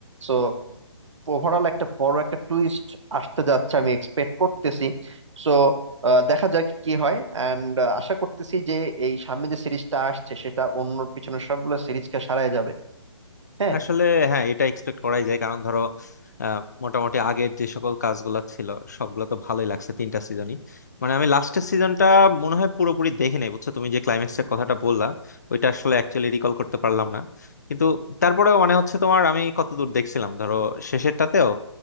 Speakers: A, on the right (about 75°); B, on the left (about 35°).
A: সো ওভারঅল একটা বড় একটা টুইস্ট আসতে যাচ্ছে আমি এক্সপেক্ট করতেছি সো দেখা যাক কি হয় অ্যান্ড আশা করতেছি যে এই সামনে যে সিরিজটা আসছে সেটা অন্য পিছনে সবগুলো সিরিজকে সারায় যাবে হ্যাঁ
B: আসলে হ্যাঁ এটা এক্সপেক্ট করাই যায় কারণ ধরো আহ, মোটামুটি আগের যে সকল কাজগুলো ছিল সবগুলো তো ভালোই লাগছে তিনটা সিজনই মানে আমি লাস্টের সিজনটা মনে হয় পুরোপুরি দেখি নাই বুঝছো তুমি যে ক্লাইম্যাক্সের কথাটা বললা ওইটা আসলে অ্যাকচুয়ালি রিকল করতে পারলাম না কিন্তু তারপরেও মানে হচ্ছে তোমার আমি কত দূর দেখছিলাম ধরো শেষেরটাতেও